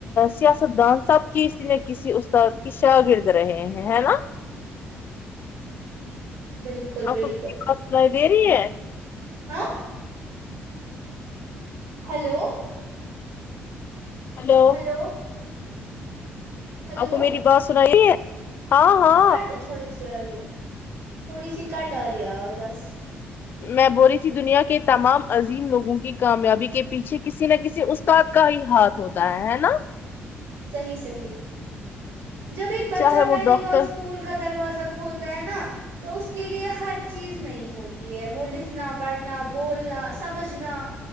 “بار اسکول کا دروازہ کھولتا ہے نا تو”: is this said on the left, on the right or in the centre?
Right